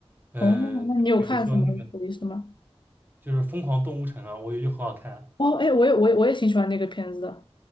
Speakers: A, on the right; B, on the left.
A: 嗯、
B: 哦，那你有看什么有意思的吗？
A: 比如说那个就是《疯狂动物城》啊，我觉得就很好看。
B: 哦，哎，我也我也我也挺喜欢那个片子的。